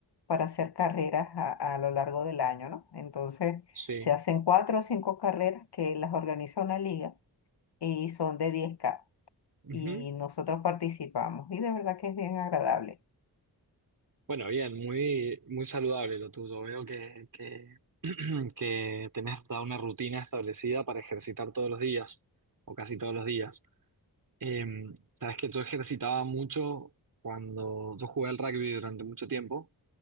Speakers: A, on the left; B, on the right.
A: para hacer carreras a, a lo largo del año, ¿no? Entonces,
B: sí.
A: se hacen cuatro o cinco carreras que las organiza una liga y son de diez k
B: Ujú.
A: y nosotros participamos y de verdad que es bien agradable.
B: Bueno, bien, muy, muy saludable lo tuyo. Veo que, que, <clears throat> que tenés toda una rutina establecida para ejercitar todos los días, o casi todos los días. Eh, sabes que yo ejercitaba mucho cuando yo jugué al rugby durante mucho tiempo